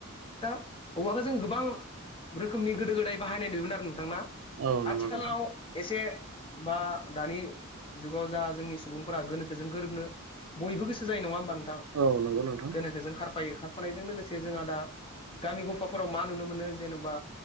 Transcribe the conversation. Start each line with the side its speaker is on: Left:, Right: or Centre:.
Left: दा औवाखौ जों गोबां रोखोमनि गोदो गोदाय बाहायनाय नुयोमोन आरो नोंथां ना
Right: औ नंगौ
Left: आथिखालाव
Right: नोंथां
Left: एसे बा दानि जुगाव जा जोंनि सुबुंफोरा गोनोखोजों गोरोबनो बयबो गोसो जायो नङा होमबा नोंथां
Right: औ नंगौ नोंथां
Left: गोनोखो जों खारफायो खारफानायजों लोगोसे जोंहा दा गामि गफाफोराव मा नुनो मोनो जेन'बा